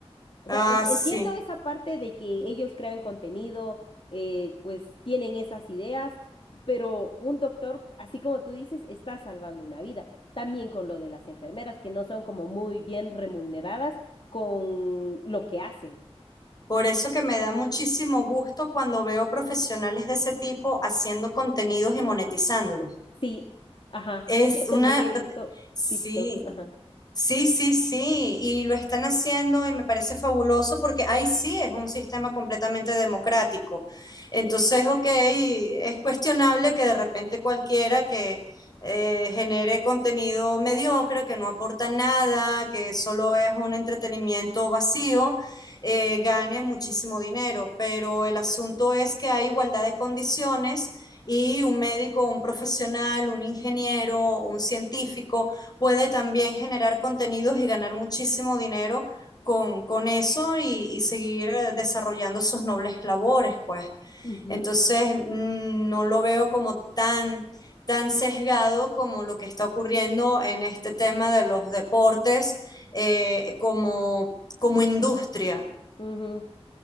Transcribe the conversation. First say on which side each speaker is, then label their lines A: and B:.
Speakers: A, on the left; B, on the left.
A: O
B: Ah,
A: sea, en-
B: sí.
A: entiendo esa parte de que ellos crean contenido, eh, pues tienen esas ideas, pero un doctor, así como tú dices, está salvando una vida. También con lo de las enfermeras, que no son como muy bien remuneradas con lo que hacen.
B: Por eso que me da muchísimo gusto cuando veo profesionales de ese tipo haciendo contenidos y monetizándolos.
A: Sí, ajá.
B: Es
A: Yo
B: una,
A: también he visto
B: sí,
A: TikToks, ajá.
B: Sí, sí, sí, y lo están haciendo y me parece fabuloso porque ahí sí es un sistema completamente democrático. Entonces, ok, es cuestionable que de repente cualquiera que eh, genere contenido mediocre, que no aporta nada, que solo es un entretenimiento vacío, eh, gane muchísimo dinero, pero el asunto es que hay igualdad de condiciones y un médico, un profesional, un ingeniero, un científico puede también generar contenidos y ganar muchísimo dinero con, con eso y, y seguir eh, desarrollando sus nobles labores, pues.
A: Ujú,
B: Entonces, mm, no lo veo como tan, tan sesgado como lo que está ocurriendo en este tema de los deportes eh, como, como industria.
A: ujú.